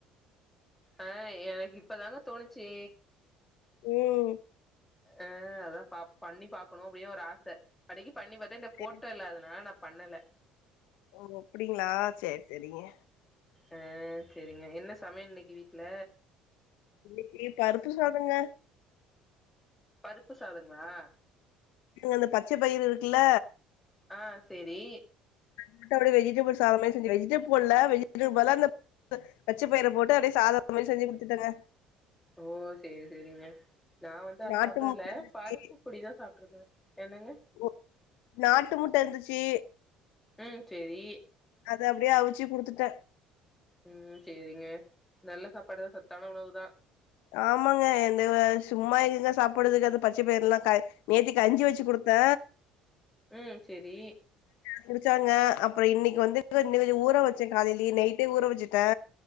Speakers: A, in the centre; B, on the left.
A: அ எனக்கு இப்பதாங்க தோணுச்சு
B: ம்
A: ஆ அதா பா பண்ணி பாக்கணு அப்டின்னு ஒரு ஆச கடைக்கு பண்ணி பாத்த இந்த ஃபோட்டோ
B: சரி
A: இல்லா அதுனால நா பண்ணல
B: ஒ அப்டிங்களா சரி சரிங்க
A: அ சரிங்க என்ன சமயல் இன்னைக்கு வீட்ல
B: இன்னிக்கு பருப்பு சாதங்க
A: பருப்பு சாதங்களா
B: அந்த பச்ச பயிறு இருக்குல்ல
A: ஆ சேரி
B: மத்தபடி வெஜிடபிள் சாதமே செஞ்சொ வெஜிடபில் போட்ல வெஜிடபில் பதில்லா அந்த பு பச்ச பயிர போட்டு அப்டியே சாதார மாரி செஞ்சு குடுத்துட்டங்க
A: ஓ சேரி சேரிங்க நா வந்து அது
B: நாட்டு
A: சாப்புட்ல
B: முட்ட இருந்துச்சு
A: பருப்பு பொடிதா சாப்ட்ருக்க என்னங்க
B: ஓ, நாட்டு முட்ட இருந்துச்சி
A: ம் சரி
B: அது அப்டியே அவிச்சு குடுத்துட்ட
A: உம் சரிங்க நல்ல சாப்பாடுதா சத்தான உணவுதா
B: ஆமாங்க இந்தந்த சும்மா எங்கங்க சாப்படுறதுங்க அது பச்ச பயிறுல்லா க நேத்திக்கஞ்சி வச்சு குடுத்த
A: ம் செரி
B: புடிச்சாங்க அப்பற இன்னிக்கு வந்து இன்னு கொஞ்சோ ஊற வச்ச காலையிலே நைட்டே ஊற வச்சுட்டே